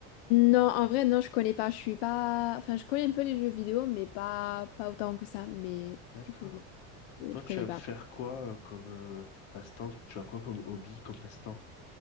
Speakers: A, on the left; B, on the left.
A: Non, en vrai, non, je connais pas. Je suis pas. Enfin, je connais un peu les jeux vidéo, mais pas, pas autant que ça. Mais
B: D'accord.
A: du coup, je
B: Toi,
A: je
B: tu
A: connais
B: aimes
A: pas.
B: faire quoi euh, comme euh, passe-temps? Tu as quoi comme hobby, comme passe-temps?